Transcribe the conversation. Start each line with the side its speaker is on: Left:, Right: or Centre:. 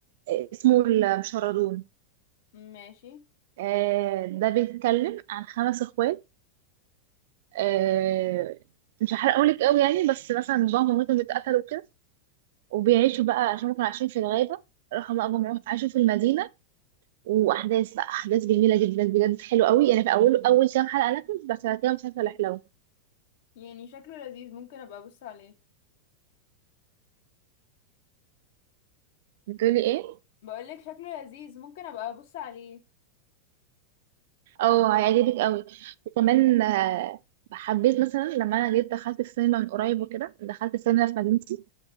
Right: آه، اسمه المشردون
Left: ماشي
Right: آه، ده بيتكلم عن خمس اخوات آه، مش هحرقهولك قوي يعني بس مثلا باباهم ومامتهم اتقتلوا كده وبيعيشوا بقى عشان هم كانوا عايشين في الغابة راحوا بقى هم عاشوا في المدينة وأحداث بقى أحداث جميلة جدا بجد حلو قوي يعني في أول أول كام حلقة لكن بس بعد كده مسلسل حلو
Left: يعني شكله لذيذ ممكن ابقى ابص عليه
Right: بتقولي إيه؟
Left: بقولك شكله لذيذ ممكن ابقى ابص عليه آه،
Right: أه هيعجبك قوي وكمان آه، حبيت مثلا لما أنا جيت دخلت السينما من قريب وكده دخلت السينما في مدينتي